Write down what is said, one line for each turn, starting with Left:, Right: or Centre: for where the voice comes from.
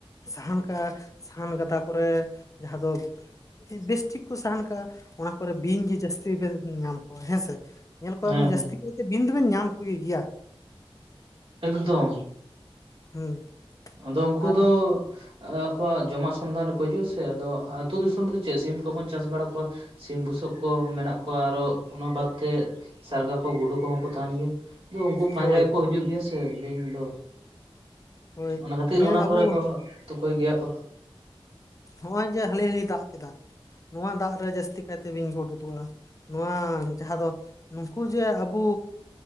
Left: ᱥᱟᱦᱟᱱ ᱠᱟᱜᱼᱟ ᱥᱟᱦᱟᱱ ᱜᱟᱰᱟ ᱠᱚᱨᱮ ᱡᱟᱦᱟᱸ ᱫᱚᱼᱼ ᱵᱮᱥᱴᱷᱤᱠ ᱠᱚ ᱥᱟᱦᱟᱱ ᱠᱟᱜᱼᱟ ᱚᱱᱟ ᱠᱚᱨᱮ ᱵᱤᱧ ᱜᱮ ᱡᱟᱹᱥᱛᱤ ᱵᱮᱱ ᱧᱟᱢ ᱠᱚᱣᱟ ᱦᱮᱸᱥᱮ? ᱧᱮᱞ ᱠᱚᱣᱟᱵᱤᱱ
Right: ᱦᱮᱸ
Left: ᱡᱟᱹᱥᱛᱤ
Right: ᱦᱮᱸ
Left: ᱠᱟᱭᱛᱮ ᱵᱤᱱ ᱫᱚᱵᱤᱱ ᱧᱟᱢ ᱠᱚᱜᱮ ᱜᱮᱭᱟ?
Right: ᱮᱠᱫᱚᱢ᱾
Left: ᱦᱩᱸ᱾
Right: ᱟᱫᱚ ᱩᱱᱠᱩ
Left: ᱟᱨ
Right: ᱫᱚᱼᱼ ᱟᱠᱚᱣᱟᱜ ᱡᱚᱢᱟᱜ ᱥᱚᱱᱫᱷᱟᱱ ᱨᱮᱠᱚ ᱦᱤᱡᱩᱜᱼ ᱟᱥᱮ ᱟᱫᱚ ᱟᱹᱛᱩ ᱫᱤᱥᱚᱢ ᱨᱮᱫᱚ ᱪᱮᱫ ᱥᱤᱢ ᱠᱚᱵᱚᱱ ᱪᱟᱥ ᱵᱟᱲᱟ ᱠᱚᱣᱟᱼᱼ ᱥᱤᱢ ᱵᱩᱥᱟᱹᱜ ᱠᱚ ᱢᱮᱱᱟᱜ ᱠᱚᱣᱟ ᱟᱨᱚ ᱚᱱᱟ ᱵᱟᱫᱛᱮ ᱥᱟᱨᱜᱟ ᱠᱚ ᱜᱩᱰᱩ ᱠᱚᱦᱚᱸ ᱠᱚ ᱛᱟᱦᱮᱱ ᱜᱮᱭᱟᱼᱼ ᱩᱱᱠᱩ ᱯᱟᱸᱡᱟ
Left: ᱦᱳᱭ
Right: ᱜᱮᱠᱚ ᱦᱤᱡᱩᱜ ᱜᱮᱭᱟ ᱥᱮ ᱵᱤᱧ ᱫᱚ᱾
Left: ᱦᱳᱭ
Right: ᱚᱱᱟ ᱠᱷᱟᱹᱛᱤᱨ
Left: ᱱᱤᱭᱟᱹ
Right: ᱚᱱᱟ
Left: ᱟᱵᱚ
Right: ᱠᱚᱨᱮ ᱠᱚ ᱛᱩᱠᱟᱹᱭ ᱜᱮᱭᱟ ᱠᱚ᱾
Left: ᱱᱚᱜᱼᱚᱭ ᱡᱮ ᱦᱟᱹᱞᱤ ᱦᱟᱹᱞᱤ ᱫᱟᱜ ᱠᱮᱫᱟ ᱱᱚᱣᱟ ᱫᱟᱜ ᱨᱮ ᱡᱟᱹᱥᱛᱤ ᱠᱟᱭᱛᱮ ᱵᱤᱧ ᱠᱩ ᱩᱰᱩᱠᱚᱜᱼᱟ᱾ ᱱᱚᱣᱟ ᱡᱟᱦᱟᱸ ᱫᱚ ᱱᱩᱠᱩ ᱡᱮ ᱟᱵᱩᱼᱼ